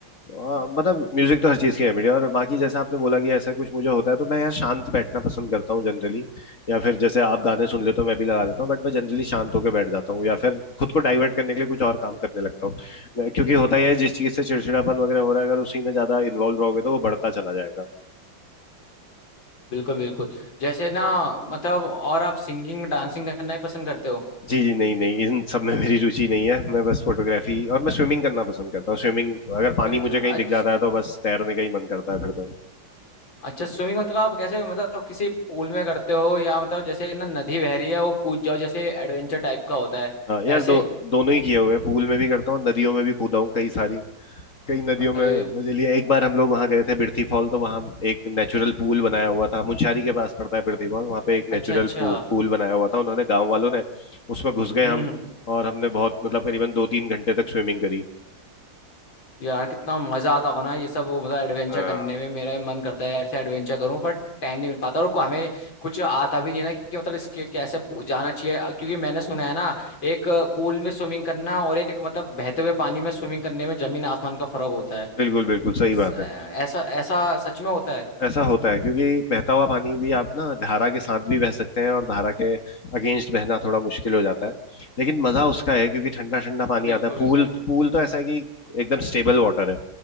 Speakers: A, on the left; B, on the left.
A: आ, मतलब म्यूजिक तो हर चीज की है बढ़िया और बाकी जैसे आपने बोला कि ऐसा कुछ मुझे होता है तो मैं यार शांत बैठना पसंद करता हूँ जनरली या फिर जैसे आप गाने सुन लेते हो मैं भी लगा देता हूँ बट मैं जनरली शांत होकर बैठ जाता हूँ या फिर खुद को डाइवर्ट करने के लिए कुछ और काम करने लगता हूँ मैं- क्योंकि होता ही है जिस चीज से चिड़चिड़ापन वगैरह हो रहा है अगर उसी में ज्यादा इन्वॉल्व रहोगे तो वो बढ़ता चला जाएगा
B: बिल्कुल बिल्कुल जैसे ना मतलब और आप सिंगिंग डांसिंग करना ही पसंद करते हो
A: जी जी नहीं नहीं इन सब में मेरी रुचि नहीं है मैं बस फोटोग्राफी और मैं स्विमिंग करना पसंद करता हूँ स्विमिंग अगर पानी
B: अच्छा
A: मुझे कहीं दिख जाता है तो बस तैरने का ही मन करता है फिर तो
B: अच्छा स्विमिंग मतलब आप कैसे मतलब किसी पूल में करते हो या मतलब जैसे ना नदी बह रही है वो कूद जाओ जैसे एडवेंचर टाइप का होता है
A: हाँ यार
B: ऐसे
A: दो दोनों ही किए हुए हैं पूल में भी करता हूँ नदियों में भी कूदा हूँ कई सारी कई नदियों में
B: अरे
A: मजे लिए एक बार हम लोग वहां गए थे बिरथी फॉल तो वहां एक नेचुरल पूल बनाया हुआ था मुंशारी के पास पड़ता है बिरथी फॉल वहां पे एक
B: अच्छा
A: नेचुरल
B: अच्छा
A: पूल बनाया हुआ था उन्होंने गांव वालों ने उसमें घुस गए
B: हम्म
A: हम
B: हम्म।
A: और हमने बहुत मतलब करीबन दो तीन घंटे तक स्विमिंग करी
B: यार कितना मजा आता होगा ना ये सब वो मतलब एडवेंचर
A: हाँ
B: करने में मेरा भी मन करता है ऐसे एडवेंचर करूं पर टाइम नहीं मिल पाता और को- हमें कुछ आता भी नहीं ना कि मतलब इसके कैसे पू- जाना चाहिए अ, क्योंकि मैंने सुना है ना एक पूल में स्विमिंग करना और एक मतलब बहते हुए पानी में स्विमिंग करने में जमीन आसमान का फर्क होता है
A: बिल्कुल बिल्कुल सही
B: स-
A: बात है
B: ऐसा ऐसा सच में होता है
A: ऐसा होता है क्योंकि बहता हुआ पानी भी आप ना धारा के साथ भी बह सकते हैं और धारा के अगेंस्ट बहना थोड़ा मुश्किल हो जाता है लेकिन मजा उसका है क्योंकि ठंडा ठंडा पानी
B: बिल्कुल
A: आता है
B: बिल्कुल
A: पूल पूल तो ऐसा है कि एकदम स्टेबल वाटर है